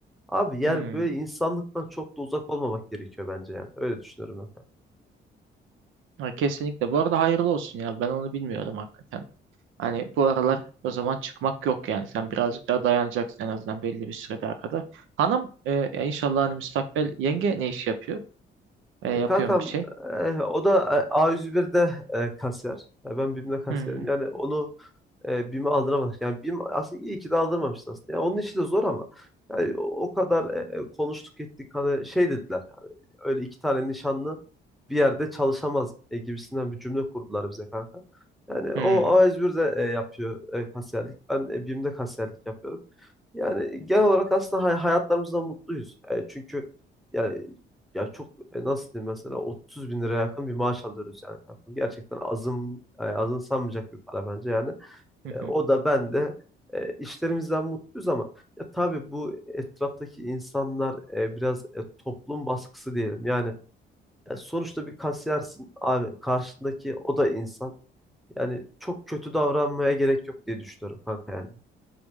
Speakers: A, in the centre; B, on the right.
A: Abi yani
B: Hmm.
A: böyle insanlıktan çok da uzak olmamak gerekiyor bence yani. Öyle düşünüyorum ben.
B: Ha, kesinlikle. Bu arada hayırlı olsun ya. Ben onu bilmiyorum hakikaten. Hani bu aralar o zaman çıkmak yok yani. Sen birazcık daha dayanacaksın en azından belli bir süre daha kadar. Hanım e, ya inşallah hani müstakbel yenge ne iş yapıyor? E,
A: E,
B: yapıyorum
A: Kankam
B: bir şey.
A: e, o da e, A101'de e, kasiyer. Ya ben BİM'de kasiyerim.
B: Hmm.
A: Yani onu e, BİM'e aldıramadık. Yani BİM aslında iyi ki de aldırmamıştı aslında. Ya onun işi de zor ama yani o, o kadar e, e, konuştuk ettik hani şey dediler. Yani, öyle iki tane nişanlı bir yerde çalışamaz e, gibisinden bir cümle kurdular bize kanka. Yani
B: Hmm.
A: o A101'de e, yapıyor e, kasiyerlik. Ben e, BİM'de kasiyerlik yapıyorum. Yani genel olarak aslında hay- hayatlarımızdan mutluyuz. E, çünkü yani ya çok e, nasıl diyeyim mesela 30 bin liraya yakın bir maaş alıyoruz yani kankam. Gerçekten azın e, azımsanmayacak bir para bence yani.
B: Hı hı.
A: E, o da ben de e, işlerimizden mutluyuz ama ya tabii bu etraftaki insanlar e, biraz e, toplum baskısı diyelim. Yani ya sonuçta bir kasiyersin abi karşındaki o da insan. Yani çok kötü davranmaya gerek yok diye düşünüyorum kanka yani.